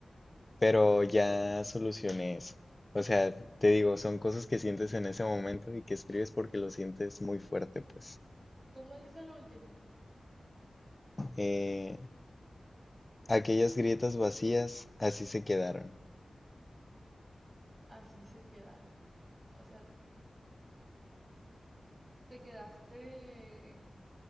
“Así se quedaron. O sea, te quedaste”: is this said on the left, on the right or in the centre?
Right